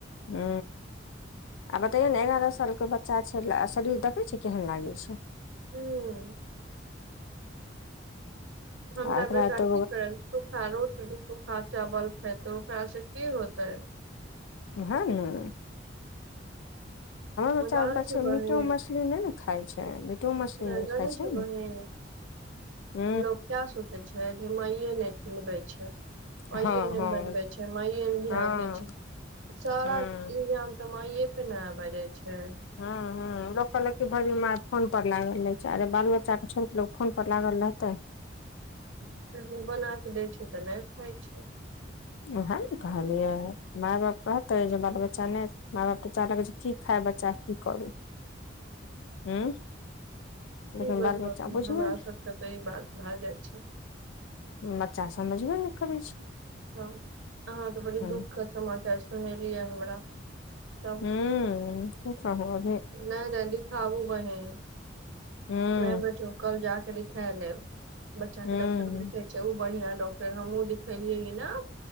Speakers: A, on the left; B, on the right.
A: हू। आ बतैयौ ने एगारह साल के बच्चा छै शरीर देखै छै केहन लागै छै
B: हूँ। हमरा
A: आ एकरा
B: बेटा
A: तऽ
B: कि करल? सूखा रोटी सूखा चावल खेतै ओकरा से कि होतै।
A: ओहे ना बच्चा
B: जान
A: बच्चा
B: छै
A: मीटो
B: बहन
A: मछली नहि ने खाइ छै मीटो मछली
B: न
A: नहि
B: जानै
A: खाइ
B: छै
A: ने
B: बहन
A: ह
B: लोक कऽ सोचै छै कि मइए नहि खिलबै छै। माइये
A: हँ
B: ने
A: हँ
B: बनबे छै माइये ने ध्यान
A: हँ
B: दै छय। सारा
A: हँ
B: इल्जाम त माइ पे ने आब जाइ छै।
A: ह लोक कहलक भगी मार फोन पर लागल रहे छै बाल बच्चा बच्चा के छोड़ कऽ फोन पर लागल रहतै?
B: लेकिन बना के दै छै तऽ नहि खाइ छै।
A: उएह ने कहलियै माय बाप कहते जे बाल बच्चा नहि माय बाप तऽ चाहल कऽ कि खाय बच्चा की करू ह लेकिन
B: ई बतब
A: बाल बच्चा
B: हमरा
A: बुझबे
B: सभके तऽ ई बात भए जाइ छै।
A: बच्चा समझबे नहि करै छै।
B: हँ अहाँकेँ बड़ी
A: ह
B: दुखके समाचार सुनेलिय हमरा। तब
A: हू उ ही
B: नहि नहि दिखाबू बहिन
A: हू
B: नहि बैठ कल जऽ के दिखा लेब बच्चा
A: ह
B: के डॉक्टर बैठ ओ बढ़िया डॉक्टर हमहुँ दिखेलियए ह ने